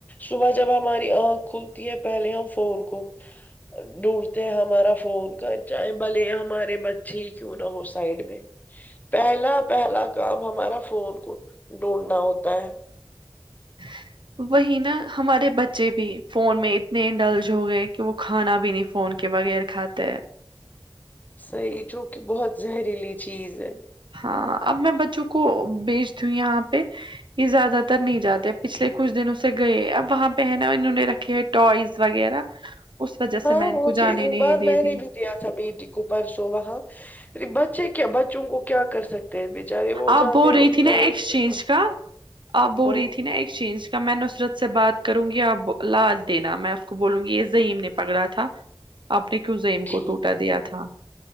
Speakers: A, on the left; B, on the right.
A: صبح جب ہماری آنکھ کھلتی ہے پہلے ہم فون کو ڈڈتے ہمارا فون کر چاہیں بلے ہمارے بچے ہی کیوں نہ ہو سائڈ میں پہلا پہلا کام ہمارا فون کو ڈھونڈنا ہوتا ہے
B: <inaudible> وہی نا ہمارے بچے بھی فون میں اتنے ڈلج ہو گئے کہ وہ کھانا بھی نہیں فون کے بغیر لکھاات
A: صحی جو کہ بہت زہریلی چیز ہے
B: ہاں اب میں بچوں کو بیچ دوں یہاں پہ یہ زیادہ تر نہیں جاتے پچھلے کچھ دن اسے گئے اب وہاں پہ ہےناا انہوں نے رکھے ہے ٹوائز وغیرہ اس وجہ
A: ہاں
B: سے میں ان
A: وہ
B: کو جانے
A: چیز ایک
B: نہیں
A: بار
B: دے
A: میں
B: دی
A: نے بھی دیا تھا بیٹی کو پرسو وہاں بچے کیا بچوں کو کیا کر سکتے ہیں بےچارے وہ
B: آپ
A: جاتے
B: بول
A: ہیں ان
B: رہی تھی
A: ٹوائز
B: نا ایکسچینج
A: کے پاس
B: کا آپ بول
A: ہاں
B: رہی تھی نا ایکسچینج کا میں نصرت سے بات کروں گی آپ لاال دینا میں اس کو بولوں گی یہ یم نے پکڑا تھا آپ نے کیوں زیم
A: ٹھیک
B: کو ٹوٹا
A: ہے
B: دیا تھا